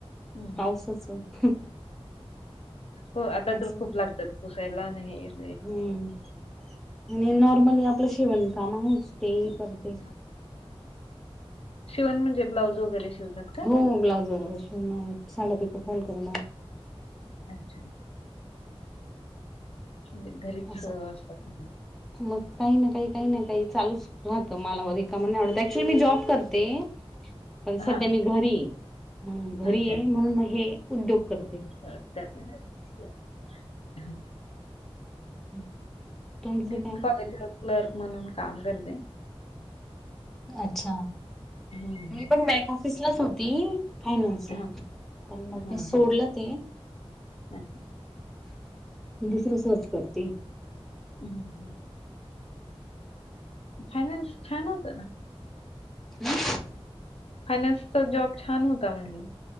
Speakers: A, on the left; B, in the centre.
A: हं,
B: पावसाचं ह
A: हो आता
B: असं
A: तर खूप लागतात पुसायला आण हे न
B: हम्म आणि नॉर्मली आपलं शीवण काम आहेच ते ही करते
A: <unintelligible> शिवन म्हणजे ब्लाऊज वगैरे शिवता का
B: हो ब्लाऊज वगैरे शिवण साड्या पिको फॉल करण
A: <unintelligible> ते घरीच
B: असं
A: असतात
B: मग काही ना काही काही ना काही चालूच राहत मला व रिकाम नाही आवडत ऍक्चुली मी जॉब करते पण सध्या
A: हां.
B: मी घरी मग घरी
A: अच्छा.
B: आहे म्हणून हे उद्योग करते
A: <unintelligible>
B: <unintelligible>
A: मी
B: काय
A: पण कॉलेजला क्लर्क म्हणून काम करते
B: अच्छा
A: हं.
B: मी पण बॅक ऑफिसलाच होती फायनान्सला
A: हां,
B: पण मग
A: हां,
B: मी सोडलं
A: हां.
B: ते
A: अच्छा.
B: दुसर सर्च करते
A: ह फायनान्स छान होत ना
B: <unintelligible>
A: फायनान्सचा जॉब छान होता म्हणलं